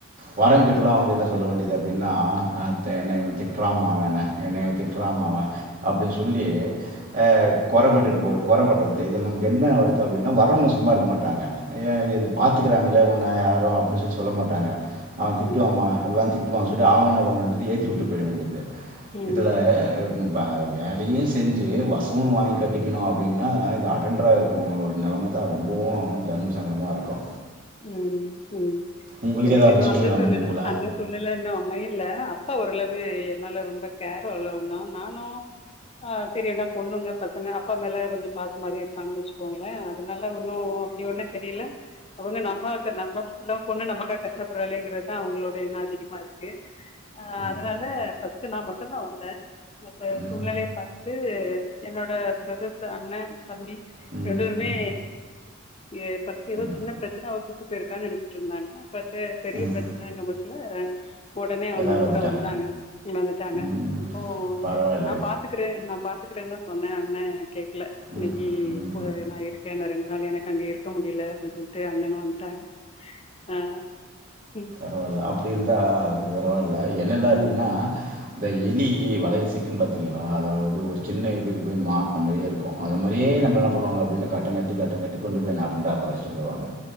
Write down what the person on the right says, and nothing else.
வாடன் கிட்டலா வந்து என்ன சொல்ல வேண்டியதா அப்டின்னா அ த என்ன இவ திட்றாமா இவன என்ன திட்றாமா அவ அப்டின் சொல்லி அ கொறப்பட்டு போ கொறப்பட்றது இதுல நமக்கு என்ன வருத்தோ அப்டின்னா வரவங்க சும்மா இருக்க மாட்டாங்க ஏ ஏ பாத் துக்குறாங்கள உன்ன யாரு அப்டின் சொல்லி சொல்ல மாட்டாங்க அவ
திட்டுவாம்மா எல்லா திட்டுவான் சொல்ட்டு அவ என்ன பண்றது ஏத்தி விட்டு போயிட வேண்டியது
இதுல இவ் வ வேலையு செஞ்சு வசமு வாங்கி கட்டிக்கணு அப்டின்னா அதா அட்டெண்டடரா இருக் கு நெலம தா ரொம்பவு தர்ம சங்கடமா இருக்கு
உங்களுக்கு
ஏதாவது அப்படி
சூழ்நிலை
அமைஞ்சிருக்குங்களா?
ம்,
ம்,
ம்,
ம்,
ம்,
ம்.
எல்லாரும் வந்துட்டாங்க.
ம்.
பரவாயில்ல.
ம், ம்ஹ்ம்.
பரவால்லா அப்டி இருந்தா அது பரவால்லா என்னலா
எப்படின்னா இந்த எலி வளைல சிக்கு பாத்தீங்களா அதாவது ஒரு சின்ன இதுக்கு போய் மாட்னா மாரியே இருக்கோ கோ அந்த மாரியே நம்ம என்ன பண்ணுவாங்க அப்டின்னா கட்டங்கட்டி கட்டங்கட்டி கொண்டு போய் என்ன அட்டெண்டர்ரா உக்கார வச்சுட்டு வந்துருவாங்க